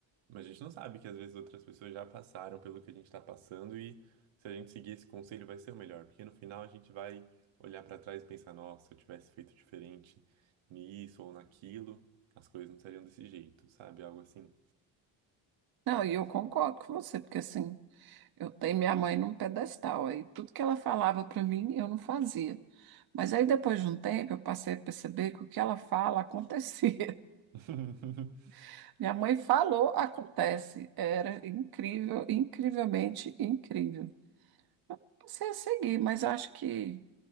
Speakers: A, on the right; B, on the right.
A: mas a gente não sabe que às vezes outras pessoas já passaram pelo que a gente tá passando e se a gente seguir esse conselho vai ser o melhor, porque no final a gente vai olhar pra trás e pensar, nossa, se eu tivesse feito diferente nisso ou naquilo, as coisas não seriam desse jeito, sabe? Algo assim.
B: Não, e eu concordo com você, porque assim, eu tenho minha mãe num pedestal, aí tudo que ela falava para mim, eu não fazia. Mas aí depois de um tempo, eu passei a perceber que o que ela fala acontecia.
A: <laughs>
B: <laughs> Minha mãe falou, acontece. Era incrível, incrivelmente incrível. Passei a seguir, mas eu acho que